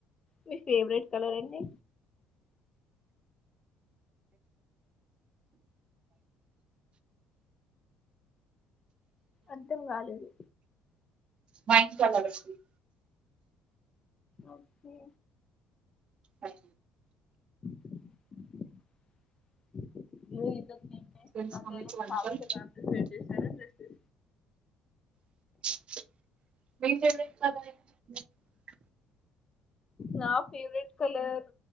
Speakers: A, on the left; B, on the right.
A: మీ ఫేవరెట్ కలర్ అండి అర్థం కాలేదు
B: మా ఇంటి కాడ <unintelligible>
A: ఓకే
B: అండి
A: <unintelligible> డేస్
B: తెలుసా
A: అట్లా
B: మీకు వైఫై
A: శారీస్ ప్రిపేర్ చేసారా డ్రెస్సెస్
B: <inaudible>
A: నా favourite colour